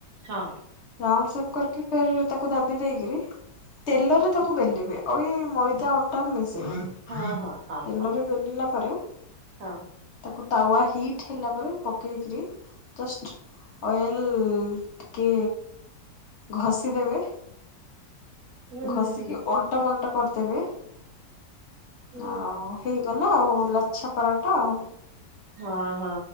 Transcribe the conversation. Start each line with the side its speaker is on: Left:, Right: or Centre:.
Right: ହଁ
Left: ରାଉଣ୍ଡ ସେପ କରିକି ଫିର ତାକୁ ଦାବି ଦେଇକିରି ତେଲରେ ତାକୁ ବେଲିବେ ଆଉ ଏଇ ମଇଦା ଅଟା ମିଶେଇବେନି।
Right: ହଁ ହଁ ହଁ
Left: ତେଲରେ
Right: ହଁ
Left: ବେଲିଲା ପରେ
Right: ହଁ।
Left: ତାକୁ ତାୱା ହିଟ୍ ହେଲା ତାପରେ ପକେଇକିରି ଜଷ୍ଟ ଅଏଲ୍ ଟିକେ ଘଷି ଦେବେ।
Right: ହୁଁ ହୁଁ
Left: ଘଷିକି
Right: ହୁଁ
Left: ଓଲ୍ଟ ମଲ୍ଟ କରିଦେବେ
Right: ହୁଁ।
Left: ଆଉ। ହେଇଗଲା ଆଉ ଲଛା ପରାଟା ଆଉ।
Right: ହଁ ହଁ